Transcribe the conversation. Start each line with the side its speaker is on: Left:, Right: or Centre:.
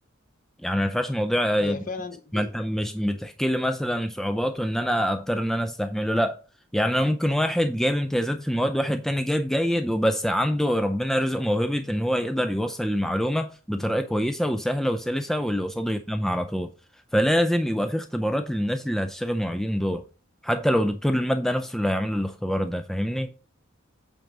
Centre: يعني ما ينفعش موضوع
Left: هي فعلا دي
Centre: ما انت مش بتحكي لي مثلا صعوباته ان انا اضطر ان انا استحمله لا يعني انا ممكن واحد جايب امتيازات في المواد واحد تاني جايب جيد وبس عنده ربنا رزق موهبة ان هو يقدر يوصل المعلومة بطريقة كويسة وسهلة وسلسة واللي قصاده يفهمها على طول فلازم يبقى في اختبارات للناس اللي هتشتغل معيدين دول حتى لو دكتور المادة نفسه اللي هيعمل الاختبار ده فاهمني